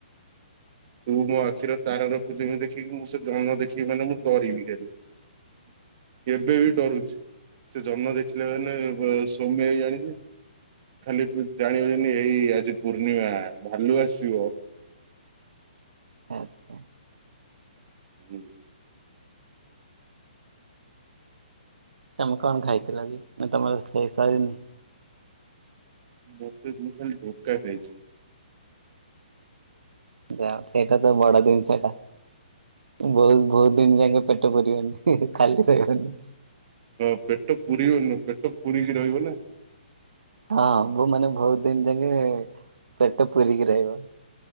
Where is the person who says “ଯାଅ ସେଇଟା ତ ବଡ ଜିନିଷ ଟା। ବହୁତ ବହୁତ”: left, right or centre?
Right